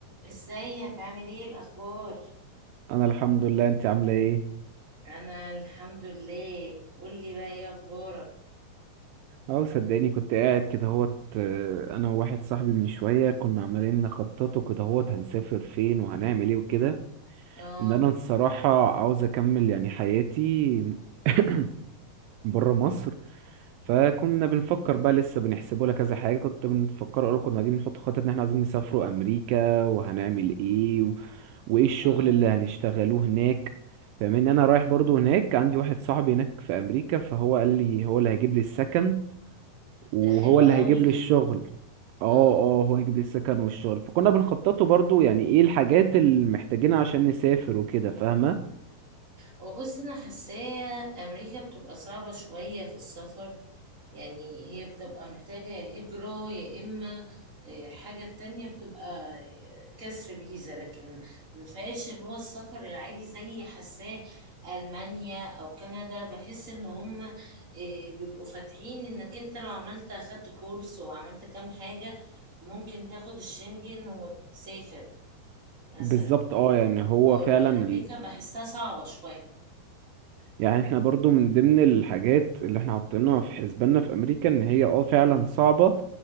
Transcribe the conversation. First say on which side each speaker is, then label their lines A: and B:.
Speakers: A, on the right (about 20°); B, on the right (about 80°).
A: ازيك عامل ايه الاخبار
B: انا الحمد لله انت عامله ايه
A: انا الحمد لله قولي بقى ايه اخبارك
B: اه صدقني كنت قاعد كده هوت آه، انا وواحد صاحبي من شويه كنا عمالين نخططه كده هوت هنسافر فين وهنعمل ايه وكده
A: اه
B: ان انا الصراحه عاوز اكمل يعني حياتي <coughs> بره مصر فكنا بنفكر بقى لسه بنحسبه لك كذا حاجه كنت بنفكر اقول كنا قاعدين بنحط خطط ان احنا عايزين نسافروا امريكا وهنعمل ايه وايه الشغل
A: اه
B: اللي هنشتغلوه هناك فمن انا رايح برضو هناك عندي واحد صاحبي هناك في امريكا فهو قال لي هو اللي هيجيب لي السكن وهو
A: ده حلو
B: اللي
A: قوي
B: هيجيب لي الشغل اه
A: اه
B: اه هو يجيب لي السكن والشغل فكنا بنخططه برضو يعني ايه الحاجات اللي محتاجينها عشان نسافر وكده فاهمة
A: وبص انا حاساه امريكا بتبقى صعبة شوية في السفر يعني هي بتبقى محتاجة يا هجرة يا إما آه، حاجة تانية بتبقى آه، كسر فيزا لكن ما فيهاش اللي هو السفر العادي زي حاساه ألمانيا أو كندا بحس إن هم آه، بيبقوا فاتحين إنك أنت لو عملت أخدت كورس وعملت كام حاجة ممكن تاخد الشنجن وتسافر مثلا
B: بالظبط اه يعني هو
A: أو
B: فعلا
A: لكن أمريكا بحسها صعبة شوية
B: يعني احنا برضو من ضمن الحاجات اللي احنا حاطينها في حسباننا في امريكا ان هي اه فعلا صعبة